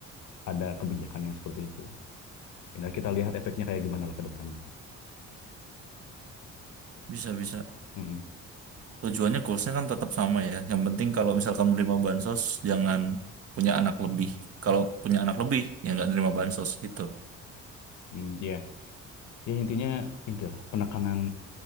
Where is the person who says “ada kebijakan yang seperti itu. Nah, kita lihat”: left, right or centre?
Left